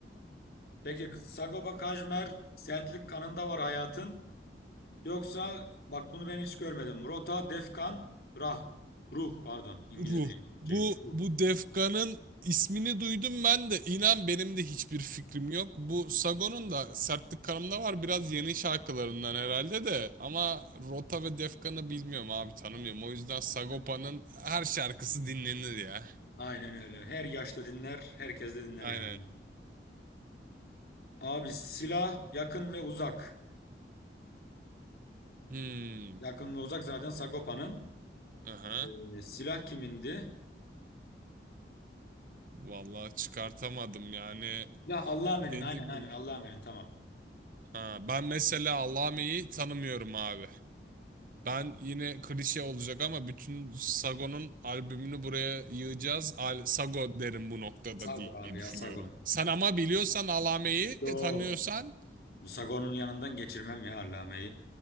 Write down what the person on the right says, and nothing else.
Ruh.
Bu
bu Defkan'ın ismini duydum ben de. İnan benim de hiçbir fikrim yok. Bu Sagon'un da Sertlik Kanım'da var. Biraz yeni şarkılarından herhalde de. Ama Rota ve Defkan'ı bilmiyorum abi tanımıyorum. O yüzden Sagopa'nın
her şarkısı dinlenir ya.
Aynen.
Hmm.
Aha.
Vallahi çıkartamadım yani.
Dediğim
gibi.
Ha, ben mesela Allame'yi tanımıyorum abi. Ben yine klişe olacak ama bütün Sago'nun albümünü buraya yığacağız. Al Sago derim bu noktada
diye
düşünüyorum.
Sen ama biliyorsan alameyi
tanıyorsan